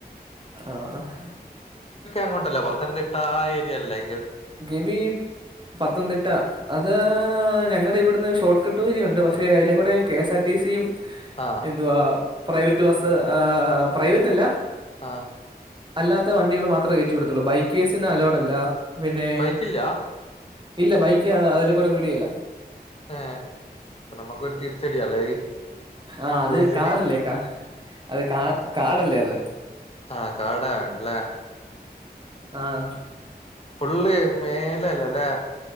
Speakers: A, on the right (about 30°); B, on the left (about 35°).
A: ആഹ്
B: അങ്ങോട്ടല്ല പത്തനംതിട്ട ആ ഏരിയല്ലേ
A: ഗവി പത്തംതിട്ട അത് ഞങ്ങളടെ ഇവിടുന്ന് ഷോർട്ട് കട്ട് വഴിണ്ട് പക്ഷേ അതിലക്കൂടെ കെ എസ് ആർ ടി സിയും
B: ആ
A: എന്തുവാ പ്രൈവറ്റ് ബസ്സ് ഏഹ് പ്രൈവറ്റ് അല്ല
B: ആഹ്
A: അല്ലാത്ത വണ്ടികൾ മാത്രമേ കയറ്റി വിടത്തുള്ളൂ ബൈക്കേഴ്സിന് അലോഡ് അല്ല പിന്നെ
B: ബൈക്കില്ല
A: ഇല്ല ബൈക്ക് അതിലെ കൂടെ വിടിയേല്ല
B: ഏ നമുക്കൊരു <unintelligible>
A: ആഹ് അത്
B: ബോയ്സിന്
A: കാടല്ലേ കാ അത് കാ കാടല്ലേ അത്
B: ആഹ് കാടായോണ്ടല്ലേ
A: ആഹ്
B: ഫുള്ള് മേലല്ലേല്ലേ